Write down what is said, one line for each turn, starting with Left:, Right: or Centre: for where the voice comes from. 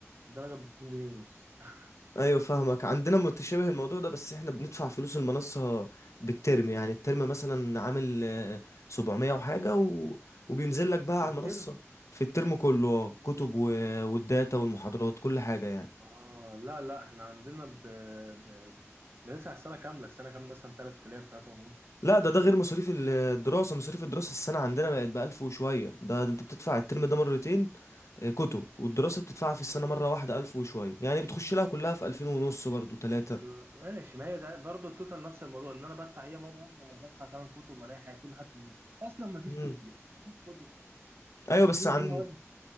Right: درجه ب 2 جنيه ونص <laughs>
Left: ايوه فاهمك عندنا متشابه الموضوع ده بس احنا بندفع فلوس المنصة بالترم يعني الترم مثلا عامل آه، 700 وحاجة و... وبينزل لك بقى
Right: بالترم
Left: على المنصة في الترم كله آه، كتب و... والداتا والمحاضرات كل حاجة يعني
Right: اه لا لا احنا عندنا ب... ب... بندفع السنه كامله السنه كامله مثلا 3000 3 ونص
Left: لا ده ده غير مصاريف ال- الدراسة مصاريف الدراسة السنة عندنا بقت بألف وشوية ده, ده انت بتدفع الترم ده مرتين آه، كتب والدراسة بتدفعها في السنة مرة واحدة ألف وشوية يعني بتخش لها كلها في ألفين ونص برضو تلاتة
Right: لا ماشي ما هي تع- برضه التوتال نفس الموضوع ان انا بدفع هي مره واحده ولا بدفع ثمان كتب ولا أي حاجه كل حاجه بتنزل اصلا ما فيش
Left: مم.
Right: كتب يا اسطى ما فيش كتب اصلا حتى
Left: ايوه بس
Right: في
Left: عن
Right: في مواد